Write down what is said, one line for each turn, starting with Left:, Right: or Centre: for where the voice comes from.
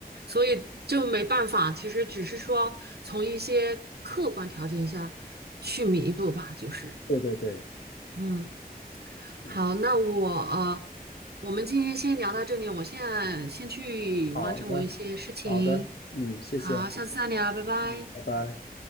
Right: 所以就没办法，其实只是说从一些客观条件下去弥补吧，就是，
Left: 对对对，
Right: 嗯，好，
Left: 嗯，
Right: 那我呃，我们今天先聊到这里，我现在先去完成我一些事情，
Left: 好的，好的，嗯，谢谢，
Right: 好，下次再聊，拜拜。
Left: 嗯，拜拜。